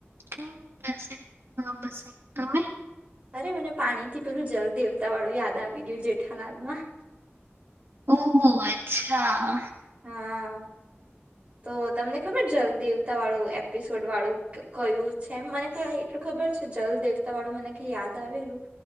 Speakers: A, on the right (about 60°); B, on the right (about 30°).
A: કઈ બેસે ના બસ અહીં તમે
B: અરે મને પાણી થી પેલું જલદેવતા વાળું યાદ આવી ગયું જેઠાલાલ માં
A: ઓહહ અચ્છા
B: હા. તો તમને ખબર જલદેવતા વાળું એપિસોડ વાળું કયું છે એ મને હા એટલું ખબર છે જલદેવતા વાળું મને ક યાદ આવેલું